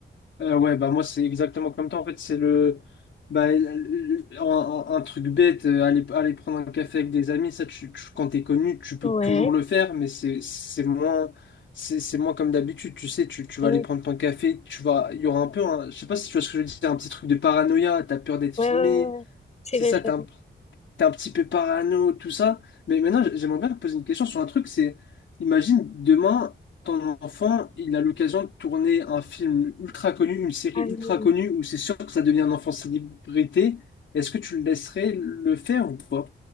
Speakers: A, on the left (about 75°); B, on the left (about 35°).
A: Euh, ouais, bah moi c'est exactement comme toi. En fait, c'est le, bah, le- un, un- un truc bête, euh, aller, aller prendre un café avec des amis, ça, tu, tu- quand t'es connu, tu peux
B: Ouais.
A: toujours le faire, mais c'est c'est moins, c'est c'est moins comme d'habitude. Tu sais, tu, tu
B: Ouais,
A: vas aller prendre ton café, tu vas, il y aura un peu, un- je sais pas si tu vois ce que je veux dire un petit truc de paranoïa, t'as peur d'être
B: ouais,
A: filmé,
B: ouais, ouais. C'est
A: c'est
B: vrai,
A: ça,
B: ça.
A: t'as un, t'es un petit peu parano, tout ça. Mais maintenant, j- j'aimerais bien te poser une question sur un truc, c'est, imagine, demain, ton enfant, il a l'occasion de tourner un film ultra connu, une série
B: Ah
A: ultra
B: oui.
A: connue, où c'est sûr que ça devient un enfant célébrité. Est-ce que tu le laisserais le faire ou pas?